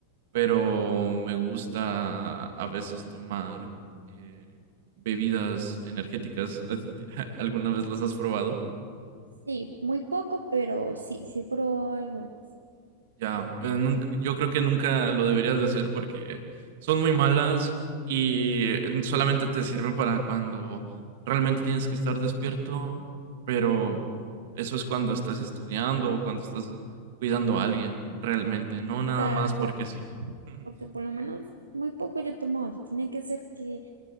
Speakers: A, on the right; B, on the right.
A: pero me gusta a veces tomar eh, bebidas energéticas. ¿A ti- <laughs> ¿Alguna vez las has probado?
B: Sí, muy poco, pero sí, sí he probado algunas.
A: Ya, eh, nunca- yo creo que nunca lo deberías de hacer porque son muy malas y mm, solamente te sirven para cuando realmente tienes que estar despierto, pero eso es cuando estás estudiando o cuando estás cuidando a alguien realmente, no nada
B: Claro,
A: más porque
B: claro,
A: sí. <laughs>
B: porque por lo menos muy poco yo he tomado. o sea, tiene que ser que